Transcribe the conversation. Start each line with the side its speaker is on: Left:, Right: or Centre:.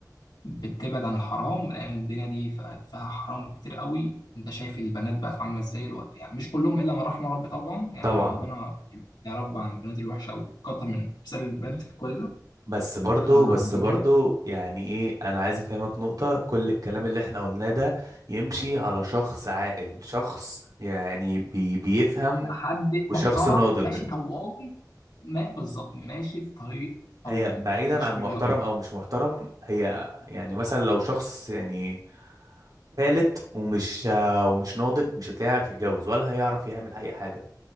Left: بتبعد عن الحرام لان الدنيا دي فيها فيها حرام كتير قوي انت شايف البنات بقت عامله ازاي الوقت يعني مش كلهم الا من رحم ربي طبعا يعني
Right: طبعا
Left: ربنا
Right: مم.
Left: يبعد يا رب عن البنات الوحشه ويكتر من امثال البنات الكويسه
Right: بس برضو
Left: فبجد
Right: بس برضو يعني ايه انا عايز افهمك نقطة كل الكلام اللي احنا قلناه ده يمشي على شخص عاقل شخص يعني بي... بيفهم
Left: حد
Right: وشخص
Left: محترم
Right: ناضج
Left: ماشي طوالي ما بالظبط ماشي في طريق طوالي
Right: هي بعيدا
Left: مش
Right: عن
Left: بيقف
Right: محترم او مش محترم هي يعني مثلا لو شخص يعني فالت ومش ومش ناضج مش هتلاقيه يعرف يتجوز ولا هيعرف يعمل اي حاجه